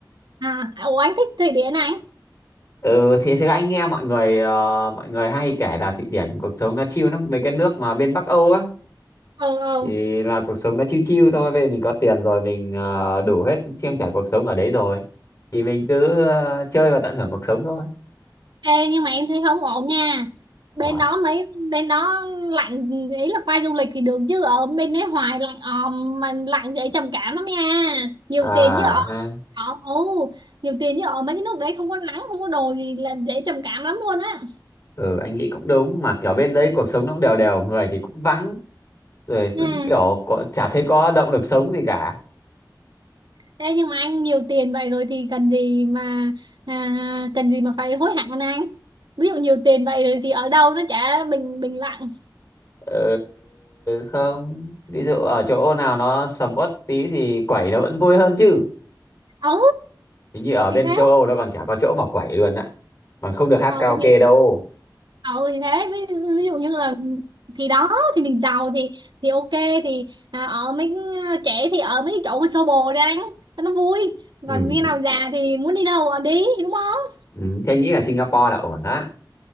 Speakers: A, on the right; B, on the left.
A: à ủa anh thích Thụy Điển này
B: ừ thì thế anh nghe mọi người ờ, mọi người hay kể là Thụy Điển cuộc sống nó chill lắm mấy cái nước mà bên Bắc Âu á
A: ừ ừ
B: thì là cuộc sống nó chill chill thôi bây giờ mình có tiền rồi mình ờ, đủ hết trang trải cuộc sống ở đấy rồi thì mình cứ ờ, chơi và tận hưởng cuộc sống thôi
A: ê nhưng mà em thấy không ổn nha bên
B: Wow.
A: đó mấy bên đó lạnh ý là qua du lịch thì được chứ ở bên đấy hoài lạnh òm mà lạnh dễ trầm cảm lắm nha nhiều
B: à
A: tiền chứ ở
B: ha
A: ở ừ, nhiều tiền chứ ở mấy cái nước đấy không có nắng không có đồ gì là dễ trầm cảm lắm luôn á
B: ừ anh nghĩ cũng đúng mà kiểu bên đấy cuộc sống nó cũng đều đều người thì cũng vắng rồi
A: ừ
B: cũng kiểu có, chả thấy có động lực sống gì cả
A: Ê, nhưng mà anh nhiều tiền vậy rồi thì cần gì mà à, cần gì mà phải hối hận anh anh ví dụ nhiều tiền vậy rồi thì ở đâu nó chả bình bình lặng
B: ừ, không ví dụ ở chỗ nào nó sầm uất tí thì quẩy nó vẫn vui hơn chứ
A: ừ
B: hình như ở
A: thì
B: bên
A: thế
B: châu Âu nó còn chả có chỗ mà quẩy luôn á mà không được hát
A: ừ
B: karaoke
A: thì
B: đâu
A: ừ thì thế ví, ví dụ như là thì đó thì mình giàu thì thì ok thì à, ở mấy à, trẻ thì ở mấy cái chỗ mà xô bồ đi anh cho nó vui
B: ừ
A: còn khi nào già thì muốn đi đâu ở đi đúng không
B: Ừ, thế anh nghĩ là Singapore là ổn đó.